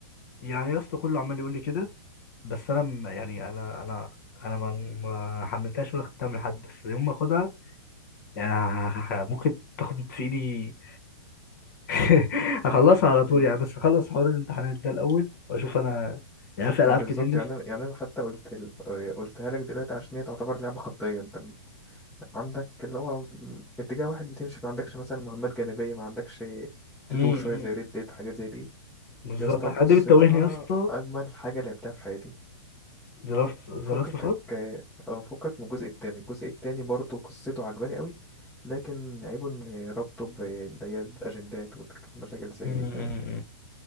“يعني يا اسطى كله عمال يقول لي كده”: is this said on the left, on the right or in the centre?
Left